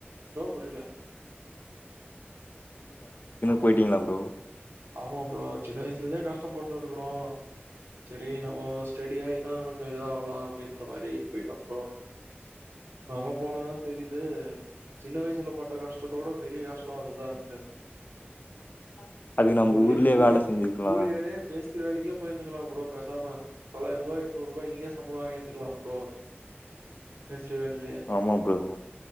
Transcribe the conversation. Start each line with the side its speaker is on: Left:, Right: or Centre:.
Right: ப்ரோ புரியல
Left: போய்ட்டீங்களா ப்ரோ
Right: ஆமா ப்ரோ சின்ன வயசுல இருந்தே கஷ்டபட்னு இருக்கிறோ சேரி நம்ம செடியாய்ன்னா கொஞ்ச இதாகலா அப்டின்ற மாரி போயிட்டோ ப்றோ அங்க போனதா தெரியுது சின்ன வயசுல பட்ட கஷ்டத்தோட பெரிய கஷ்டோ அதுதான்ட்டு
Left: <inaudible>
Right: ஊர்லே
Left: ஊர்லயே
Right: கூலி
Left: வேல
Right: கூலி
Left: செஞ்சுக்கலாம்
Right: கூலிவேலயே பேஸ் வேலிக்கே போயிருந்துக்கலா ப்ரோ பேசாம தொள்ளாயிர ரூபா எட்னூறு ரூபா இங்கயே சம்பளோ வாங்கிருந்துக்கலா ப்ரோ மேஸ்திரி வேலையிலயே.
Left: ஆமா ப்ரோ